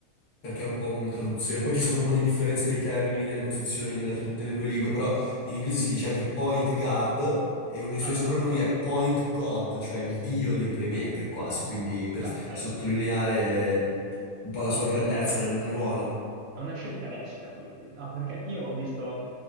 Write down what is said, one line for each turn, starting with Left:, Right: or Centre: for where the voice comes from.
Left: perché è un po' una traduzione. Poi ci sono un po' di differenze dei termini, delle posizioni nella tra- nelle due lingue, però in inglese si dice anche point guard e uno dei
Right: Ah,
Left: suoi soprannomi è point god, cioè il dio dei playmaker quasi, quindi per
Right: Beh, allora.
Left: sottolineare un po' la sua grandezza nel, nel ruolo.
Right: È una scelta lecita, quindi, no? Perché io ho visto,